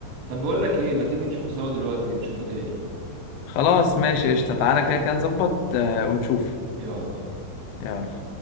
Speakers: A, on the right (about 85°); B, on the left (about 75°).
A: طب بقول لك ايه ما تيجي نشوفه سوا دلوقتي نشوفه تاني
B: خلاص ماشي قشطة تعالى كده كده نظبط آه، ونشوف
A: يلا
B: يلا